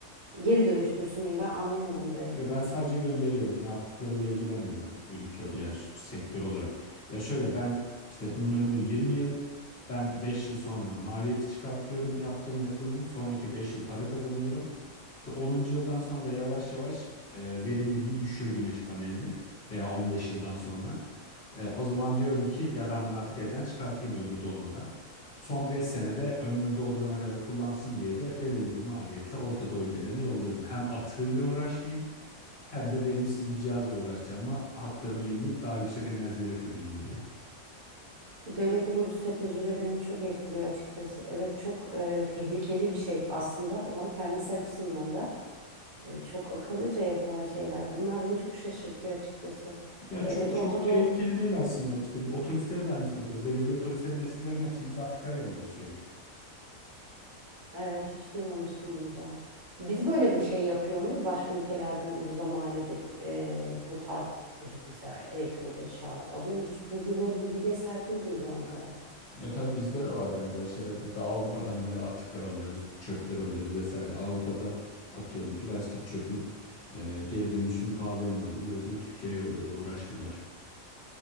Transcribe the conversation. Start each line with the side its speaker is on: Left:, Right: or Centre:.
Right: geri dönüştürsün diye mi? Ben anlayamadım orayı.
Left: Yo ben sadece gönderiyorum. Ne yaptıklarıyla ilgilenmiyorum ülke ya şu- sektör olarak. Ya şöyle ben işte bunun ömrü 20 yıl. Ben 5 yıl sonra maliyeti çıkartıyorum yaptığım yatırımın. Sonraki 5 yıl para kazanıyorum. İşte onuncu yıldan sonra da yavaş yavaş e, verimliliği düşüyor güneş panelinin veya 15 yıldan sonra. E, o zaman diyorum ki ya ben bunu artık elden çıkartayım ömrü dolmadan. Son 5 senede ömrünü doldurana kadar kullansın diye de belirli bir maliyetle Orta Doğu ülkelerine yolluyorum. Hem atığıyla uğraşmayayım hem de verimsiz bir cihazla uğraşacağıma hatlarımı yenileyip daha yüksek enerji üretebileyim diye.
Right: Devletlerin bu stratejileri beni çok etkiliyor açıkçası. Evet çok e, tehlikeli bir şey aslında ama kendisi açısından da. E, çok akıllıca yapılan şeyler. Bunlar beni çok şaşırtıyor açıkçası.
Left: Ya çok
Right: Evet, Orta
Left: çok tehlikeli
Right: Doğu.
Left: değil aslında. İşte biz otobüsleri de aynısını yapıyoruz. Belediye otobüslerinin eskilerinin hepsini biz Afrika'ya yolluyoruz sürekli.
Right: Evet, hiç duymamıştım bunu da. Biz böyle bir şey yapıyor muyuz? Başka ülkelerden ucuza mal edip e, bu tarz e, mesela elektronik eşyalar alıyoruz. Hiç bu bir böyle bir bilgiye sahip değildim o zamana kadar.
Left: Ya tabii bizde de var benzer şeyler. Biz de Avrupa'dan böyle atıklar alıyoruz, çöpler alıyoruz vesaire. Avrupa'da atıyorum plastik çöpün e, geri dönüşümü pahalıya mal oluyor. O yüzden Türkiye'ye yolluyorlar, uğraşmıyorlar.